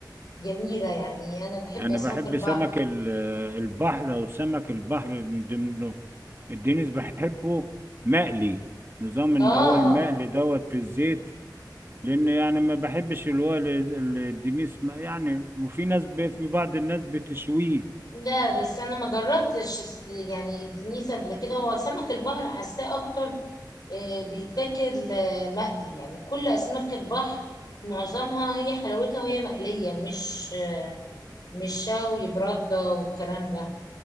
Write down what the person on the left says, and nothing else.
جميله يعني انا بحب
اسماك
البحر
اه
لا بس انا ما جربتش الس- يعني الدنيس قبل كده هو سمك البحر حاساه اكتر آه، بيتاكل آه، مقلي يعني كل اسماك البحر معظمها هي حلاوتها وهي مقليه مش مش شوي برده والكلام ده